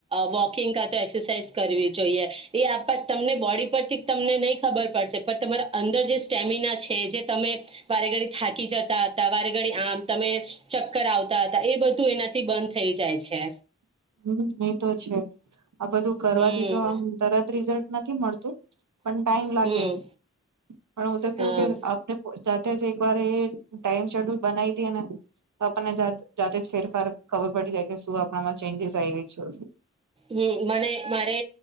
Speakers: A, on the right; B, on the right.
A: વોકિંગ ક તો એક્સરસાઇઝ કરવી જોઈએ એ તમને બોડી પરથી તમને નહી ખબર પડશે પણ તમારા અંદર જે સ્ટેમિના છે જે તમે વારે ઘડી થાકી જતા હતા વારે ઘડી આમ તમે ચક્કર આવતા હતા એ બધું એનાથી બંધ થઈ જાય છે
B: હમ એ તો છે આ બધું કરવાથી
A: હમ
B: તો આમ તરત રિઝલ્ટ નથી મળતું પણ ટાઈમ લાગે
A: હમ
B: પણ હું તો કેવું
A: હા
B: કે આપને જાતે જ એક વાર એ ટાઈમ શેડ્યુલ બનાવી દ ને આપણને જાતે જ ફેરફાર ખબર પડી જાય કે શું આપણામાં ચેંજસ આવી વ છેું
A: હ મને મારે